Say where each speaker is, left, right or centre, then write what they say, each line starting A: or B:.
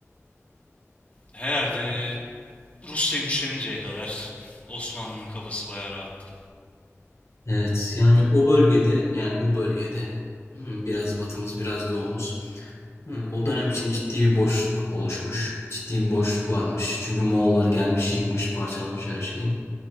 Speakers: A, on the left; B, on the left.
A: Herhalde Rusya güçleninceye kadar Osmanlı'nın kafası bayağı rahattı.
B: evet. Yani o bölgede, yani bu bölgede hmm, biraz batımız, biraz doğumuz. hmm, O dönem için ciddi bir boşluk oluşmuş. Ciddi bir boşluk varmış. Çünkü Moğollar gelmiş, yıkmış, parçalamış her şeyi.